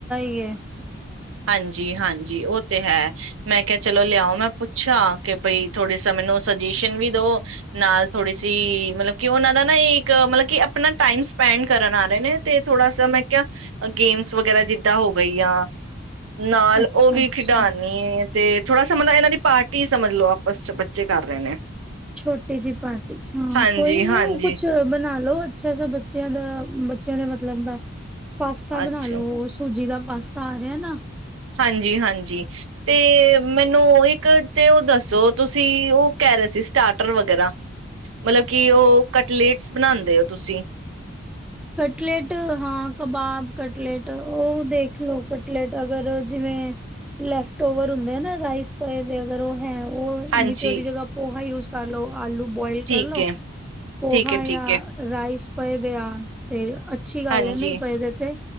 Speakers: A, in the centre; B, on the right (about 80°).
A: <inaudible>
B: ਹਾਂਜੀ ਹਾਂਜੀ ਉਹ ਤੇ ਹੈ ਮੈਂ ਕਿਹਾ ਚਲੋ ਲਿਆਓ ਮੈਂ ਪੁੱਛਾ ਕੇ ਬਈ ਥੋੜੀ ਸ ਮੈਨੂੰ ਸਜੇਸ਼ਨ ਵੀ ਦੋ ਨਾਲ ਥੋੜੀ ਸੀ ਮਤਲਬ ਕੀ ਓਹਨਾ ਦਾ ਨਾ ਇੱਕ ਮਤਲਬ ਕੀ ਆਪਣਾ ਟਾਈਮ ਸਪੈਂਡ ਕਰਨ ਆ ਰਹੇ ਨੇ ਤੇ ਥੋੜਾ ਸ ਮੈਂ ਕਿਹਾ ਗੇਮਸ ਵਗੈਰਾ ਜਿਦਾਂ ਹੋ ਗਈ ਆ। ਨਾਲ
A: ਅੱਛਾ
B: ਉਹ ਵੀ
A: ਅੱਛਾ
B: ਖਿਡਾਨੀ ਤੇ ਥੋੜਾ ਸਾ ਇਹਨਾਂ ਦੀ ਪਾਰਟੀ ਸਮਝ ਲੋ ਆਪਸ ਚ ਬੱਚੇ ਕਰ ਰਹੇ ਨੇ।
A: ਛੋਟੀ ਜਿਹੀ ਪਾਰਟੀ ਹਾਂ
B: ਹਾਂਜੀ-ਹਾਂਜੀ,
A: ਕੋਈ ਨੀ ਕੁਛ ਬਣਾ ਲੋ ਅੱਛਾ ਸ ਬੱਚਿਆਂ ਦਾ ਬੱਚਿਆਂ ਦਾ ਮਤਲਬ ਦਾ। ਪਾਸਤਾ
B: ਅੱਛਾ
A: ਬਣਾ ਲੋ ਸੂਜੀ ਦਾ ਪਾਸਤਾ ਆ ਰਿਹਾ ਨਾ
B: ਹਾਂਜੀ ਹਾਂਜੀ ਤੇ ਮੈਨੂੰ ਇੱਕ ਤੇ ਉਹ ਦੱਸੋ ਤੁਸੀਂ ਉਹ ਕਹਿ ਰਹੇ ਸੀ ਸਟਾਰਟ ਰ ਵਗੈਰਾ ਮਤਲਬ ਕਿ ਉਹ ਕਟਲੇਟਸ ਬਣਾਉਂਦੇ ਹੋ ਤੁਸੀਂ
A: ਕਟਲੇਟ ਹਾਂ ਕਬਾਬ ਕਟਲੇਟ ਉਹ ਦੇਖ ਲੋ ਕਟਲੇਟ ਅਗਰ ਜਿਵੇਂ ਲੈਫਟ ਓਵਰ ਹੁੰਦੇ ਆ ਨਾ ਰਾਈਸ ਪਾਏ ਦੇ ਅਗਰ ਉਹ ਹੈ ਉਹ
B: ਹਾਂਜੀ
A: ਨੀ ਤੇ ਉਹਦੀ ਜਗ੍ਹਾ ਪੋਹਾ ਯੂਜ਼ ਕਰ ਲੋ ਆਲੂ ਬੋਇਲ ਕਰ
B: ਠੀਕ
A: ਲੋ
B: ਹੈ
A: ਪੋਹਾ
B: ਠੀਕ ਹੈ
A: ਯਾ
B: ਠੀਕ ਹੈ
A: ਰਾਈਸ ਪਏਦੇ ਆ ਤੇ ਅੱਛੀ ਗੱਲ
B: ਹਾਂਜੀ
A: ਏ ਨਹੀਂ ਪਏਦੇ ਤੇ